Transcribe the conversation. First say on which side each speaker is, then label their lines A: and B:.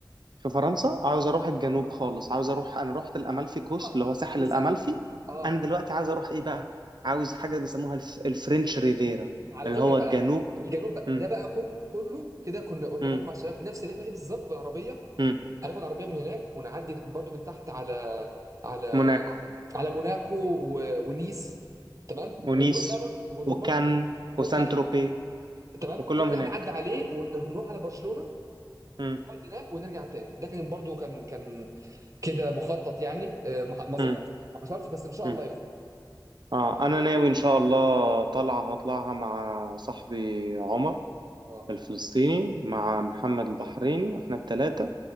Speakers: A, on the right; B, on the right.
A: في فرنسا عاوز اروح الجنوب خالص عاوز اروح انا رحت الامالفي كوست
B: اه
A: اللي هو ساحل
B: بالظبط
A: الامالفي
B: اه
A: انا دلوقتي عاوز
B: اه
A: اروح ايه بقى عاوز حاجه بيسموها الف... الفرنش ريفيرا
B: وعلى
A: اللي
B: فكره
A: هو
B: بقى
A: الجنوب
B: الجنوب بقى
A: مم.
B: ده بقى كل كله كده كنا قلنا
A: مم.
B: برضو مع الشباب نفس الرحله دي بالظبط بالعربيه
A: مم.
B: هناخد عربيه من هناك ونعدي برضو من تحت على على
A: موناكو
B: على موناكو و... ونيس تمام
A: ونيس
B: ونروح بقى برضو ونروح
A: وكان
B: برضو من وكان
A: وسان تروبي
B: تمام
A: وكلهم
B: كل ده
A: هناك
B: هنعدي عليه ونروح على برشلونه
A: مم.
B: ونقعد هناك ونرجع تاني ده كان برضو كان كان كده مخطط يعني آه، ما ما ظبطش
A: مم.
B: ما حصلش بس ان شاء
A: مم.
B: الله يظبط
A: اه
B: دي
A: انا
B: برضو
A: ناوي ان شاء الله طالعه هطلعها مع صاحبي عمر
B: اه
A: الفلسطيني مع محمد البحريني احنا التلاتة